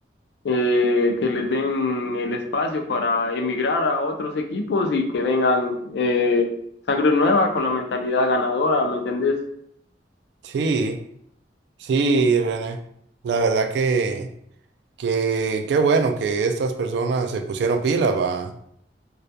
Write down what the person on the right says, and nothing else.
Sí, sí, René, la verdad que, que qué bueno que estas personas se pusieron pilas, va.